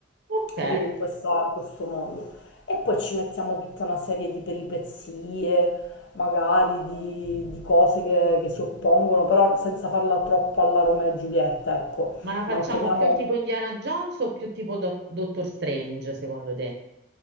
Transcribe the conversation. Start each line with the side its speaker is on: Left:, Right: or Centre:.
Right: ok,
Left: capito? In questo, in questo mondo. E poi ci mettiamo tutta una serie di peripezie, magari di, di cose che, che si oppongono, però senza farla troppo alla Romeo e Giulietta, ecco.
Right: ma la facciamo
Left: Manteniamo,
Right: più tipo Indiana Jones o più tipo Do- Doctor Strange secondo te?